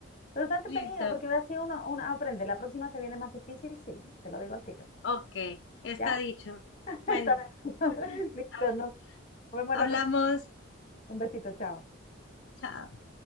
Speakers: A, on the left (about 35°); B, on the left (about 60°).
A: Pero está entretenido
B: listo.
A: porque así uno, uno aprende. La próxima se viene más difícil, sí, te lo digo al tiro.
B: Ok, está
A: ¿Ya?
B: dicho.
A: <laughs>
B: Bueno,
A: Está bien. <laughs>
B: <laughs>
A: Listo,
B: hab-
A: nos vemos
B: hablamos.
A: la próxima. Un besito, chao.
B: Chao.